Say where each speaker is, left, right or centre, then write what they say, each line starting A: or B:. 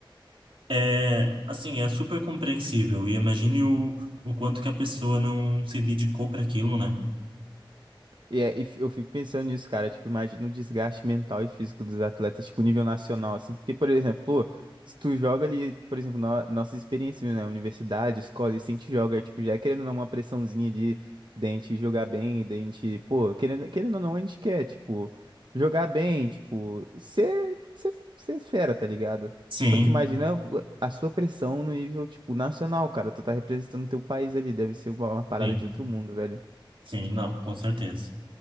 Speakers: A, on the right (about 75°); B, on the right (about 60°).
A: É, assim, é super compreensível. E imagine o, o quanto que a pessoa não se dedicou para aquilo, né?
B: E, é- e f- eu fico pensando nisso, cara. Tipo, imagina o desgaste mental e físico dos atletas, tipo, nível nacional, assim. Porque, por exemplo, pô, se tu joga ali, por exemplo, no, nossas experiências, né? Universidade, escola, e se a gente joga, tipo, já é querendo ou não uma pressãozinha de dente jogar bem, dente, pô, querendo, querendo ou não, a gente quer, tipo, jogar bem, tipo, ser, ser, ser fera, tá ligado?
A: Sim,
B: Só que imagina o- a sua pressão no nível, tipo, nacional, cara. Tu tá representando teu país ali, deve ser uma uma parada
A: sim,
B: de outro mundo, velho.
A: sim, não, com certeza.